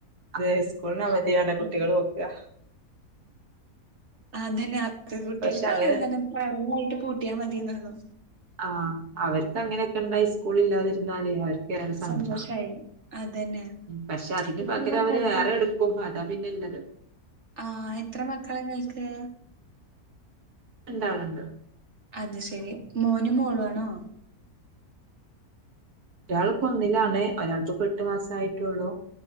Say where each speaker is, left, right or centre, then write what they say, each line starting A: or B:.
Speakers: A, on the right; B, on the right.
A: അ സ്കൂളന് അവധിയാണ് കുട്ടികൾ
B: അതെ
A: നോക്കുക
B: അ തന്നെ അത്തെ കുട്ടികൾക്ക്
A: പക്ഷെ അങ്ങനെ
B: ന്തെ വെള്ളയിട്ട് പൂട്ടിയാൽ മതിന്ന് ഒള്ളു
A: ആഹ് അവർക്ക് അങ്ങനെയൊക്കെ ഉണ്ടായി സ്കൂൾ ഇല്ലാതിരുന്നാലേ അവർക്ക് കേ സന്തോഷ
B: സന്തോഷായി അതന്നെ.
A: പക്ഷെ അതിന്റെ
B: എത്ര
A: പകര
B: മക്കള്?
A: അവര് വേറെ എടു കും അതാ പിന്നെള്ളത്
B: ആ എത്ര മക്കളാ നിങ്ങൾക്ക്
A: രണ്ടാളുണ്ട്
B: അത് ശെരി മോന് മോളു ആണോ
A: ഒരാൾ ഇപ്പോ ഒന്നിലാണ് ഒരാൾക്ക് ഇപ്പോ എട്ട് മാസം ആയിട്ടള്ളൂ